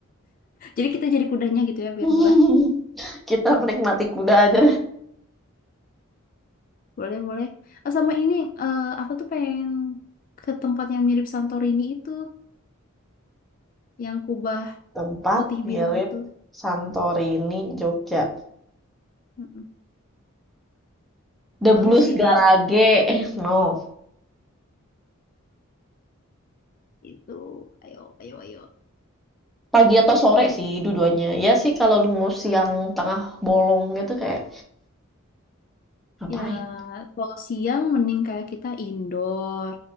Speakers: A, on the left; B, in the centre.
A: Jadi kita jadi kudanya gitu ya biar
B: <laughs>
A: murah.
B: kita menikmati kuda aja deh.
A: Boleh, boleh. Oh, sama ini eh, aku tuh pengen ke tempat yang mirip Santorini itu, yang kubah
B: Tempat
A: putih
B: mirip
A: biru gitu.
B: Santorini, Jogja.
A: Mm-mm.
B: The
A: Bagus
B: Blues
A: sih
B: Garage. Eh, no.
A: itu. Ayo, ayo, ayo.
B: Pagi atau sore sih dua-duanya. Ya sih kalau lu mau siang tengah bolong gitu kayak Ngapain?
A: Ya, kalau siang mending kayak kita indoor.